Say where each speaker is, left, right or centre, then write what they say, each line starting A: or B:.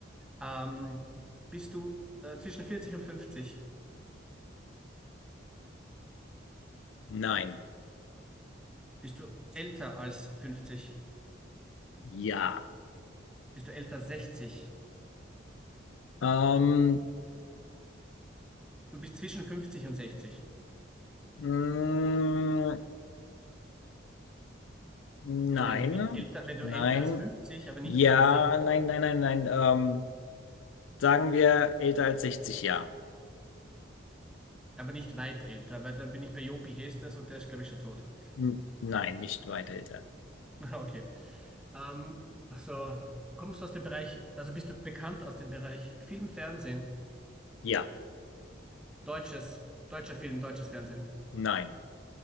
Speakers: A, in the centre; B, on the left (about 80°).
A: Ähm, bist du äh, zwischen 40 und 50?
B: nein,
A: Bist du älter als 50?
B: ja.
A: Bist du älter als 60?
B: Ähm,
A: Du bist zwischen 50 und 60.
B: Mm, nein,
A: Ja, wenn du nicht älter, wenn du
B: nein,
A: älter als 50, aber nicht
B: ja,
A: älter als 60,
B: nein, nein, nein, nein. Ähm, sagen wir älter als 60 Jahre.
A: aber nicht weit älter, weil dann bin ich bei Jopi Hestas und der ist, glaube ich, schon tot.
B: N- Nein, nicht weit älter.
A: <laughs> Okay. Ähm, also kommst du aus dem Bereich, also bist du bekannt aus dem Bereich Film, Fernsehen,
B: Ja,
A: deutsches, deutscher Film, deutsches Fernsehen,
B: nein,